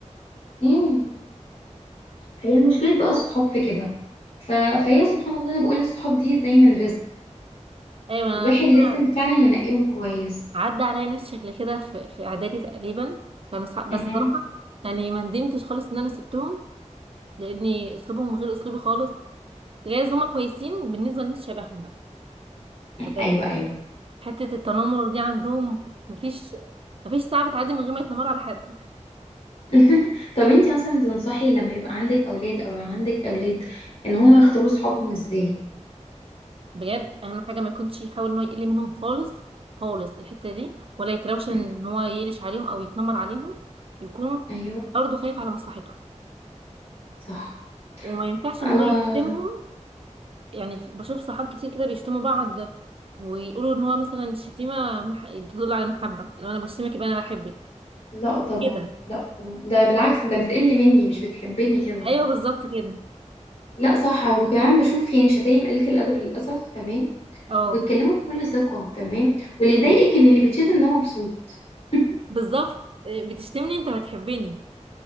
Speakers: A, on the left; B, on the right.
A: امم فهي مشكله بقى الصحاب في كده ف... فهي سبحان الله انا بقول الصحاب دي دايما رزق
B: ايوه انا
A: والواحد
B: فاكرة
A: لازم فعلا ينقيهم كويس
B: عدى عليا ناس شكل كده في في اعدادي تقريبا كانوا صحاب بس
A: مهم.
B: صراحة يعني ما ندمتش خالص ان انا سبتهم لاني اسلوبهم غير اسلوبي خالص جايز هما كويسين بالنسبة لناس شبههم بقى بجد
A: ايوه ايوه
B: حتة التنمر دي عندهم مفيش مفيش ساعة بتعدي من غير ما يتنمروا على حد
A: <laughs> طب انتي مثلا تنصحي لما يبقى عندك اولاد او عندك اولاد ان هم يختاروا صحابهم ازاي
B: بجد اهم حاجة ما يكونش يحاول ان هو يقل منهم خالص خالص الحتة دي ولا يتراوش
A: <laughs>
B: ان
A: مهم.
B: هو يقلش عليهم او يتنمر عليهم يكون
A: ايوه
B: برضه خايف على مصلحتهم
A: صح
B: وما ينفعش
A: انا
B: ان هو يشتمهم يعني في- بشوف صحاب كتير كده بيشتموا بعض ويقولوا ان هو مثلا شتيمه مح... تدل على المحبه لو انا بشتمك يبقى انا بحبك
A: لا طبعا
B: كده
A: لا طبعا ده بالعكس ده بتقل مني مش بتحبني كده
B: ايوه بالظبط كده
A: لا صح وكمان بشوف يعني شتايم قليلة الأدب للأسف تمام
B: اه
A: وبتكلموا بكل ثقة تمام واللي يضايقك إن اللي بيتشتم ده مبسوط <laughs>
B: بالظبط إيه، بتشتمني انت بتحبني